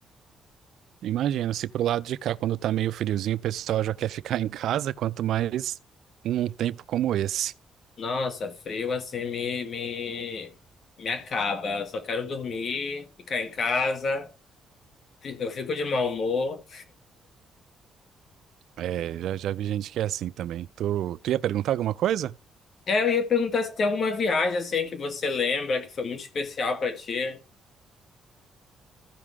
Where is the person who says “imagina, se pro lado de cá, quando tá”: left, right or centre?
Right